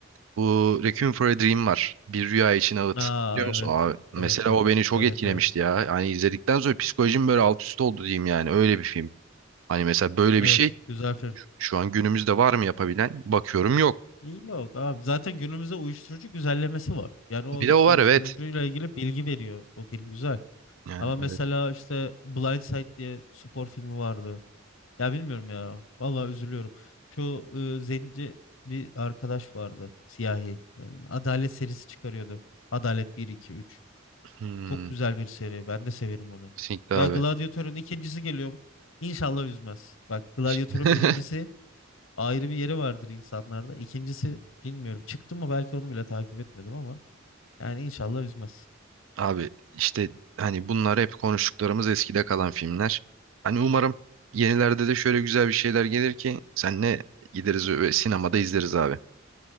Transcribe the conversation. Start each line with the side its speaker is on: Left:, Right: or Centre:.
Right: Bu Requiem for a Dream var. Bir Rüya için Ağıt.
Left: Aa
Right: Biliyor musun
Left: evet.
Right: abi? Mesela
Left: Evet evet.
Right: o beni çok
Left: Evet
Right: etkilemişti
Left: evet.
Right: ya. Yani izledikten sonra psikolojim böyle alt üst oldu diyeyim yani. Öyle bir film. Hani mesela böyle
Left: Evet
Right: bir şey
Left: güzel film.
Right: şu an günümüzde var mı yapabilen? Bakıyorum yok.
Left: İyi yok abi zaten günümüzde uyuşturucu güzellemesi var. Yani o
Right: Bir de o
Left: uyuşturucuyla
Right: var evet.
Left: ilgili bilgi veriyor. O film güzel.
Right: Yani
Left: Ama mesela
Right: evet.
Left: işte Blind Side diye spor filmi vardı. Ya bilmiyorum ya. Vallahi üzülüyorum. Şu e, zenci bir arkadaş vardı. Siyahi. E, Adalet serisi çıkarıyordu. Adalet bir iki üç,
Right: Hmm,
Left: Çok güzel bir seri. Ben de severim onu.
Right: kesinlikle abi.
Left: Veya Gladiator'un ikincisi geliyormuş. İnşallah üzmez. Bak Gladiator'un
Right: <laughs>
Left: birincisi ayrı bir yeri vardır insanlarda. İkincisi bilmiyorum. Çıktı mı belki onu bile takip etmedim ama. Yani inşallah üzmez.
Right: Abi işte hani bunlar hep konuştuklarımız eskide kalan filmler. Hani umarım yenilerde de şöyle güzel bir şeyler gelir ki senle gideriz ve sinemada izleriz abi.